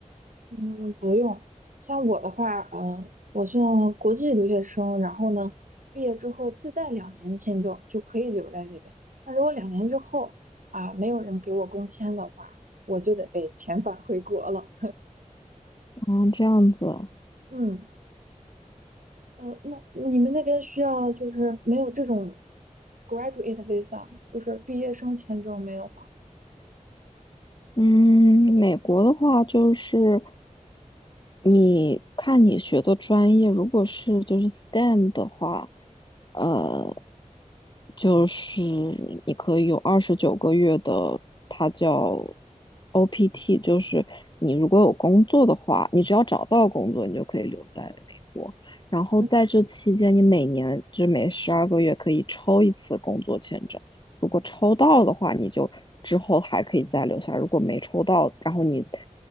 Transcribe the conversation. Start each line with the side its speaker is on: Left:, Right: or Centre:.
Right: 嗯，不用。像我的话，嗯，我是国际留学生，然后呢，毕业之后自带两年签证就可以留在这边。那如果两年之后啊，没有人给我工签的话，我就得被遣返回国了。
Left: 啊，这样子啊。
Right: 嗯。呃，那你们那边需要就是没有这种 graduate visa 吗？就是毕业生签证没有吗？
Left: 嗯，美国的话就是你看你学的专业，如果是就是 STEM 的话，呃，就是你可以有二十九个月的，它叫 OPT，就是你如果有工作的话，你只要找到工作，你就可以留在美国。然后在这期间，
Right: 嗯，
Left: 你每年就每十二个月可以抽一次工作签证。如果抽到的话，你就之后还可以再留下；如果没抽到，然后你